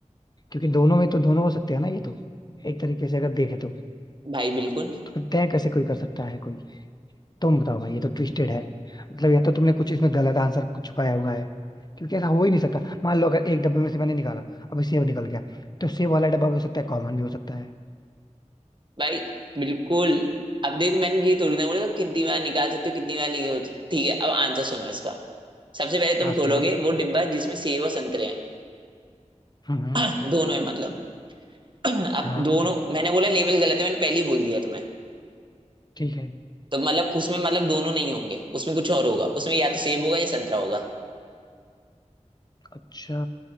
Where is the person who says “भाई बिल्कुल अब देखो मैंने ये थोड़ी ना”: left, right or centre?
Right